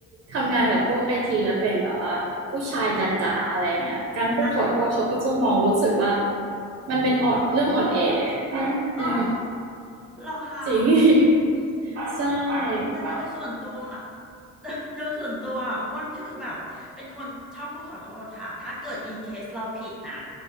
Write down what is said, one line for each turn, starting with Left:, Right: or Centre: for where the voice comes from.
Right: ทำงานกับพวกไอทีแล้วเป็นแบบว่าผู้ชายจ๋าๆอะไรเงี้ยการพูดขอโทษเขาก็จะมองรู้สึกว่า
Centre: อ่ะ
Right: มันเป็นออดเรื่องอ่อนแอ
Centre: เอ้า
Right: เออ
Centre: เหรอคะ
Right: จริง <laughs> ใช่
Centre: แต่โดยส่วนตัวอะ <laughs> โดยส่วนตัวอะอ้วนคือแบบเป็นคนชอบพูดขอโทษค่ะถ้าเกิดอินเคสเราผิดนะ